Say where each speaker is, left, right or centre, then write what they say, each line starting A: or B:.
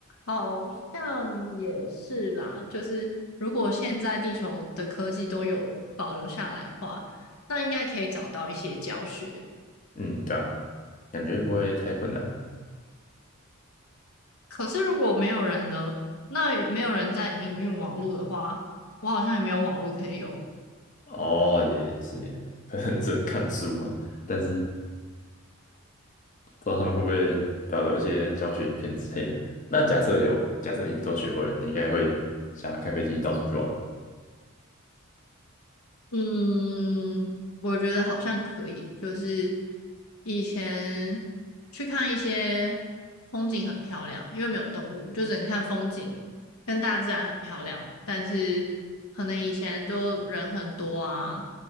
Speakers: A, on the left (about 80°); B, on the left (about 35°).
A: 好像也是啦。就是如果现在地球的科技都有保留下来的话，那应该可以找到一些教学。
B: 嗯，对啊，感觉不会太困难。
A: 可是如果没有人了，那没有人在营运网络的话，我好像也没有网络可以用。
B: 哦，也是耶，可能只能看书嘛，但是不知道他们会不会保留一些教学影片之类的。那假设有，假设你都学会了，你应该会想要开飞机到处去玩吧？
A: 嗯，我觉得好像可以，就是以前去看一些风景很漂亮，因为没有动物，就只能看风景，跟大自然很漂亮。但是可能以前就人很多啊，